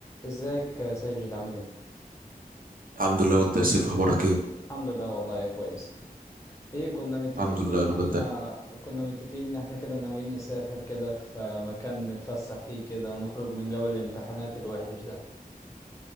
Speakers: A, on the left (about 20°); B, on the right (about 65°).
A: ازيك يا ساجد عامل ايه
B: الحمد لله وانت يا سيف اخبارك ايه
A: الحمد لله والله كويس ايه كنا متفقين
B: الحمد لله
A: ان
B: يا رب
A: احنا
B: العالمين
A: كنا متفقين ان احنا كده ناويين نسافر كده في مكان نتفسح فيه كده ونخرج من جو الامتحانات الوحش ده